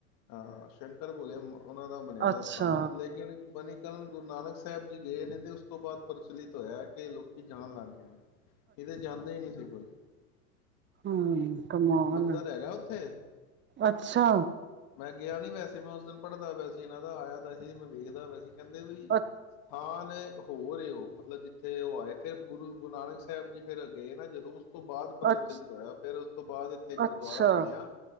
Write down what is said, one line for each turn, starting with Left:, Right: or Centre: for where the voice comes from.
Left: ਹਾਂ ਸ਼ੰਕਰ ਭੋਲੇ ਉਹਨਾਂ ਦਾ ਬਣਿਆ
Right: ਅੱਛਾ,
Left: ਦਾ ਸਥਾਨ ਏ, ਲੇਕਿਨ ਮਨੀ ਕਰਨ ਗੁਰੂ ਨਾਨਕ ਸਾਹਿਬ ਜੀ ਗਏ ਨੇ ਤੇ ਉਸ ਤੋਂ ਬਾਅਦ ਪ੍ਰਚਲਿਤ ਹੋਇਆ, ਕਿ ਲੋਕੀ ਜਾਣ ਲੱਗ ਗਏ ਨੇ ਇਹਦੇ ਜਾਂਦਾ ਹੀ ਨਹੀਂ ਸੀ ਕੋਈ
Right: ਹੂੰ ਕਮਾਲ
Left: ਮੰਦਿਰ
Right: ਏ,
Left: ਹੈਗਾ ਉੱਥੇ
Right: ਅੱਛਾ
Left: ਮੈਂ ਗਿਆ ਨੀ ਵੈਸੇ ਮੈਂ ਉਸ ਦਿਨ ਪੜ੍ਹਦਾ ਪਿਆ ਸੀ, ਇਹਨਾਂ ਦਾ ਆਇਆ ਤਾਂ ਸੀ ਮੈ ਵੇਖਦਾ ਪਿਆ ਸੀ ਕਹਿੰਦੇ ਵੀ
Right: ਅ
Left: ਸਥਾਨ ਹੋਰ ਏ ਉਹ ਮਤਲਬ ਜਿੱਥੇ ਉਹ ਆਏ ਫਿਰ ਗੁਰੂ ਗੁਰੂ ਨਾਨਕ ਸਾਹਿਬ ਜੀ ਫੇਰ ਗਏ ਨਾ ਜਦੋਂ ਉਸ ਤੋਂ ਬਾਅਦ ਪ੍ਰਲਚਲਿਤ
Right: ਅੱਛਾ,
Left: ਤ ਹੋਇਆ, ਫਿਰ ਉਸ ਤੋਂ ਬਾਅਦ ਇੱਥੇ ਗੁਰਦੁਆਰਾ
Right: ਅੱਛਾ,
Left: ਬਣਿਆ